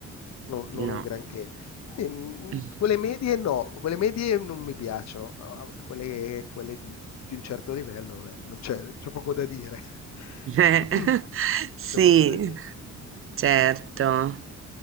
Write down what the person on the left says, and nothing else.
non,
non un granché. Sì, mh,
quelle medie no, quelle medie non mi piacciono, ah, quelle, quelle di, di un certo livello, vabbè, non c'è, c'è poco da dire.
<clears throat>
C'è poco da dire.